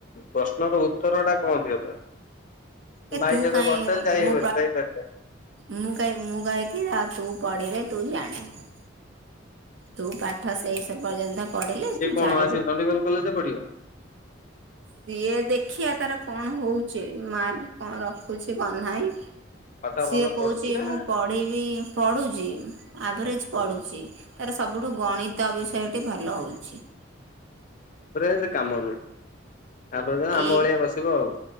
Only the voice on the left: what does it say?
ପ୍ରଶ୍ନର ଉତ୍ତର ଟା କଣ ଦିଅ ତମେ।
ଭାଇ
ଜକ
ବସିଲେ ଜାଇ
ଯାଇପାରିଲେ ନି।
ସିଏ
କଣ
ଆସିବ ଚଣ୍ଡିଖୋଲ କଲେଜରେ ପଢିବ।
ପାଠ
ଭଲ
ପଢୁଛି ନା
<unintelligible> ତା କାମ ନୁହ ତାପରେ ଯା ଆମ
ଭଳିଆ ବସିବ ଆଉ।